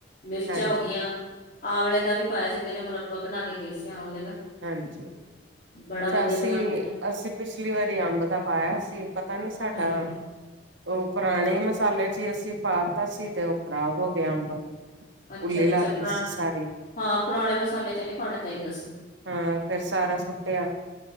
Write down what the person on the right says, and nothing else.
ਹਾਂਜੀ
ਹਾਂਜੀ
ਅਸੀਂ,
ਅਸੀਂ ਪਿਛਲੀ ਵਾਰੀ ਅੰਬ ਦਾ ਪਾਇਆ ਸੀ ਪਤਾ ਨੀ ਸਾਡਾ
ਉਹ ਪੁਰਾਣੇ ਮਸਾਲੇ ਚ ਹੀ ਅਸੀਂ ਪਾਤਾ ਸੀ ਤੇ ਉਹ ਖ਼ਰਾਬ ਹੋ ਗਿਆ ਅੰਬ
ਉੱਲੀ
ਲੱਗ
ਗਈ ਸੀ ਸਾਰੀ
ਹਾਂ ਫੇਿਰ ਸਾਰਾ ਸੁੱਟਿਆ